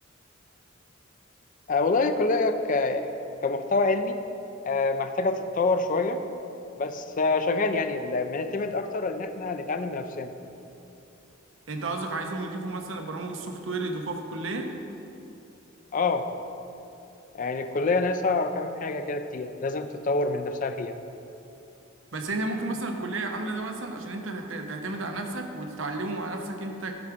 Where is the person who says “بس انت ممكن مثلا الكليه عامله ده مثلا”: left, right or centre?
Right